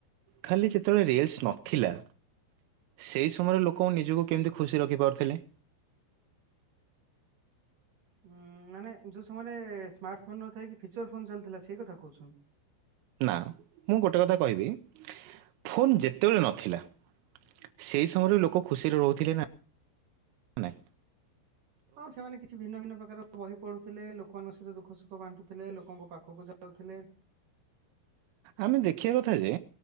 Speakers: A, on the right; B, on the right.
A: ଖାଲି ଯେତେବେଳେ ରିଲ୍ସ୍ ନଥିଲା ସେହି ସମୟରେ ଲୋକ ନିଜକୁ କେମିତି ଖୁସି ରଖିପାରୁଥିଲେ।
B: ଉଁ ମାନେ ଯୋଉ ସମୟରେ ସ୍ମାର୍ଟ ଫୋନ ନଥାାଇ କି ଫିଚର ଫୋନ୍ ଚାଲିଥିଲା ସେଇ କଥା କହୁଛୁ।
A: ନା ମୁଁ ଗୋଟେ କଥା କହିବି ଫୋନ୍ ଯେତେବେଳେ ନଥିଲା। ସେହି ସମୟରେ ଲୋକ ଖୁସିରେ ରହୁଥିଲେ ନ ନାଇ।
B: ହଁ ସେମାନେ କି କି ଭିନ୍ନ ଭିନ୍ନ ପ୍ରକାର ବହି ପଢ଼ୁଥିଲେ ଲୋକମାନଙ୍କ ସହିତ ଦୁଃଖ ସୁଖ ବାଣ୍ଟୁଥିଲେ ଲୋକଙ୍କ ପାଖକୁ ଯାଉଥିଲେ।
A: ଆମେ ଦେଖିବା କଥା ଯେ।